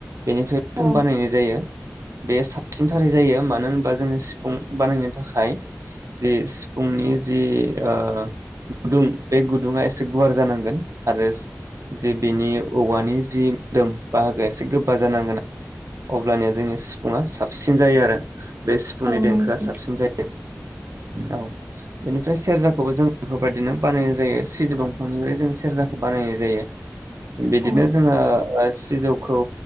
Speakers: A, on the right; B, on the right.
A: बेनिफ्राय जों
B: औ
A: बानायनाय जायो। बे सा सिनथारै जायो मानो होनबा जोङो सिफुं बानायनो थाखाय जे सिफुंनि जि आ गुदुं बे गुदुङा एसे गुवार जानांगोन आरो जि बिनि औवानि जि मोदोम बाहागोआ एसे गोबा जानांगोन। अब्लानिया जोंनि सिफुङा साबसिन जायो आरो। बे सिफुंनि
B: औ
A: देंखोआ
B: नंगौ नोंथां
A: साबसिन जायो। औ बेनिफ्राय सेरजाखौबो जों बेफोरबायदिनो बानायनाय जायो सिसु दंफांनिफ्राय जों सेरजाखौ बानायनाय जायो बिदिनो
B: औ
A: जोङो ओ सिजौखौ